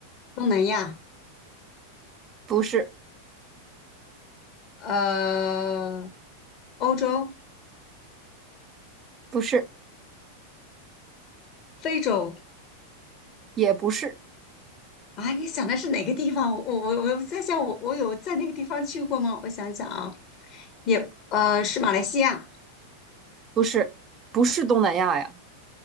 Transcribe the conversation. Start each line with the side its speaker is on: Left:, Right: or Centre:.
Left: 东南亚、
Right: 不是，
Left: 呃欧洲、
Right: 不是，
Left: 非洲
Right: 也不是，
Left: 啊？你想的是哪个地方？我我我我在想我，我有在那个地方去过吗？我想想啊，也呃是马来西亚
Right: 不是，不是东南亚呀，